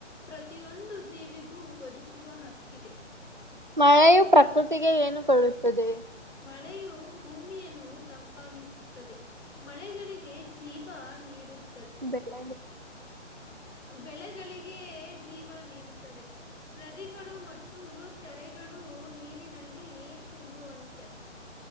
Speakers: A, on the left (about 70°); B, on the right (about 40°).
A: ಪ್ರತಿಯೊಂದು ಜೀವಿಗೂ ಬದುಕುವ ಹಕ್ಕಿದೆ
B: ಮಳೆಯು ಪ್ರಕೃತಿಗೆ ಏನು ಕೊಳ್ಳುತ್ತದೆ
A: ಮಳೆಯು ಭೂಮಿಯನ್ನು ತಂಪಾಗಿಸುತ್ತದೆ ಮಳೆಗಳಿಗೆ ಜೀವ ನೀಡುತ್ತ
B: ಬೆಲ
A: ಬೆಳೆಗಳಿಗೆ ಜೀವ ನೀಡುತ್ತದೆ ನದಿಗಳು ಮತ್ತು ಕರೆಗಳು ನೀರಿನಲ್ಲಿ ತುಂಬುವಂತೆ